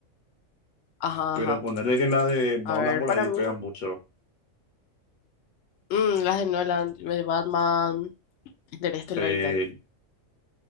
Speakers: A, on the left; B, on the left.
A: Ajá,
B: pero
A: ajá.
B: ponerle que la de Nolan
A: A ver,
B: por
A: para
B: ahí
A: mí.
B: pegan mucho,
A: Mm, las de Nolan, de Batman, Interestelar
B: sí,
A: y tal.